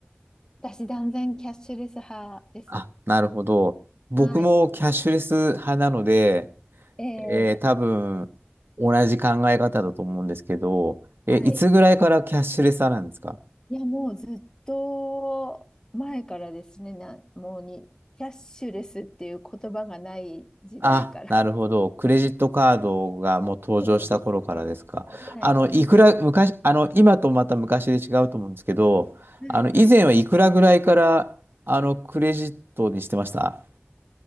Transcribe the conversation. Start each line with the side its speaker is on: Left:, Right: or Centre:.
Left: 私、断然キャッシュレス派です。
Right: あ、なるほど。僕もキャッシュレス派なので、
Left: はい、えー
Right: えー多分、同じ考え方だと思うんですけど、え、
Left: はい、
Right: いつぐらいからキャッシュレス派なんですか
Left: いや、もうずっと前からですね、な、もうに、キャッシュレスっていう言葉がない時代から。
Right: あ、なるほど。クレジットカードがもう登場した頃からですか。
Left: そうですね。はい、
Right: あの、いくら、
Left: はい、
Right: 昔、あの、今とまた昔で違うと思うんですけど、
Left: はい、
Right: あの、以前はいくらぐらいから、あの、クレジットにしてました